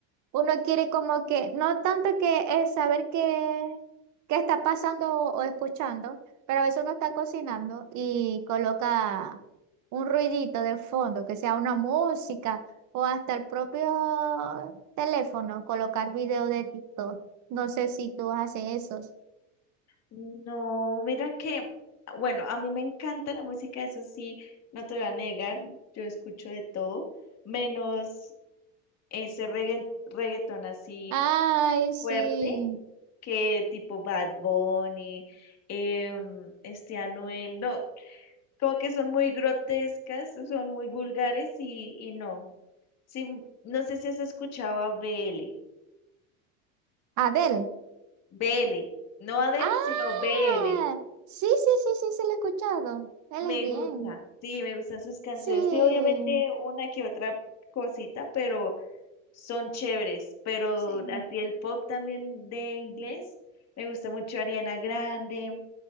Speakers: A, on the right; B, on the left.
A: uno quiere como que, no tanto que es saber qué, qué está pasando o, o escuchando, pero a veces uno está cocinando y coloca un ruidito de fondo, que sea una música o hasta el propio teléfono, colocar video de TikTok. No sé si tú haces eso.
B: No, mira que, bueno, a mí me encanta la música, eso sí, no te lo voy a negar, yo escucho de todo, menos ese regga- reggaetón así
A: Ay, sí.
B: fuerte. que tipo Bad Bunny, em, este Anuel, no, como que son muy grotescas, son muy vulgares y, y no. Sí, no sé si has escuchado a B L,
A: Adel.
B: B L, no Adele,
A: Ah,
B: sino B L,
A: sí, sí, sí, sí, sí, lo he escuchado. Él
B: me
A: es bien.
B: gusta, sí, me gustan sus canciones,
A: Sí,
B: sí, obviamente una que otra cosita, pero son chéveres, pero
A: sí.
B: así el pop también de inglés, me gusta mucho Ariana Grande,